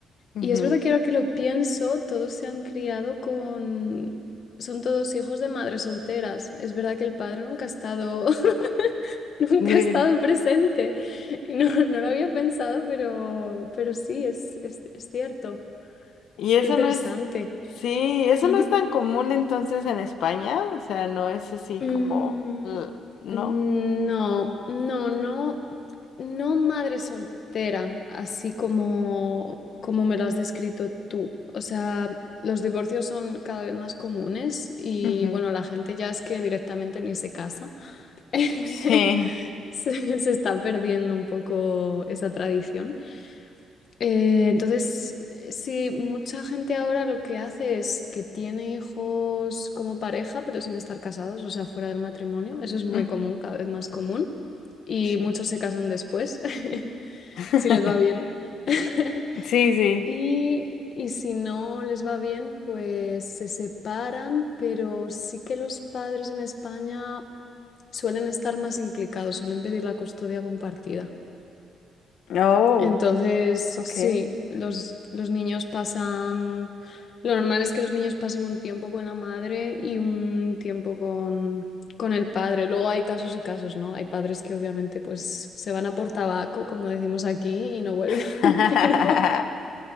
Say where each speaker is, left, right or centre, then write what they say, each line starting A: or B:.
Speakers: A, on the left; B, on the left.
A: Ujú.
B: Y es verdad que ahora que lo pienso, todos se han criado con... Son todos hijos de madres solteras. Es verdad que el padre nunca ha estado <laughs> Nunca
A: <laughs>
B: he estado presente. No, <laughs> no lo había pensado, pero, pero sí, es, es, es cierto.
A: Y eso
B: Qué interesante.
A: no es, sí, eso
B: Ujú.
A: no es tan común entonces en España, o sea, no es así
B: Mm,
A: como, eh, ¿no?
B: mm, no, no, no, no madre soltera, así como, como me lo has descrito tú. O sea, los divorcios son cada vez más comunes y
A: Ujú,
B: bueno, la gente ya es que directamente ni se casa. <laughs>
A: Sí,
B: Se, se está perdiendo un poco esa tradición. Eh, entonces, eh, sí, mucha gente ahora lo que hace es que tiene hijos como pareja, pero sin estar casados, o sea, fuera del matrimonio. Eso es muy
A: ujú.
B: común, cada vez más común. Y
A: sí.
B: muchos se casan después, <laughs>
A: <laughs>
B: si les va bien. <laughs>
A: Sí, sí.
B: Y, y si no les va bien, pues se separan, pero sí que los padres en España suelen estar más implicados, suelen pedir la custodia compartida.
A: Oh,
B: Entonces,
A: ok.
B: sí, los, los niños pasan, lo normal es que los niños pasen un tiempo con la madre y un tiempo con, con el padre. Luego hay casos y casos, ¿no? Hay padres que obviamente pues se van a por tabaco, como decimos aquí, y no vuelven,
A: <laughs>
B: <laughs> pero